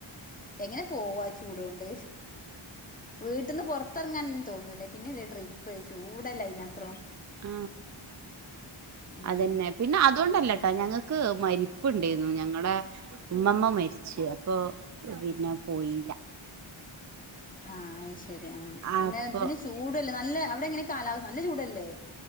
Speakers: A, on the left; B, on the right.
A: എങ്ങനെ പോവാ ചൂടുകൊണ്ട്? വീട്ട്ന്ന് പൊറത്തെറങ്ങാൻ തോന്നൂല. പിന്നല്ലെ ട്രിപ്പ് ചൂടല്ലേ അയ്നോത്രം.
B: ആ
A: ഉം
B: അതന്നെ. പിന്നെ അതുകൊണ്ടല്ലട്ടോ ഞങ്ങ മരിപ്പ് ഇണ്ടായിരുന്നു ഞങ്ങളെ ഉമ്മമ്മ മരിച്ച് അപ്പൊ പിന്നെ പോയീല
A: ആ അയ് ശരി ആ പിന്നെ
B: അപ്പൊ
A: ഇതിന് ചൂടല്ലേ നല്ല അവിടെങ്ങനെ കാലാവസ്ഥ നല്ല ചൂടല്ലേ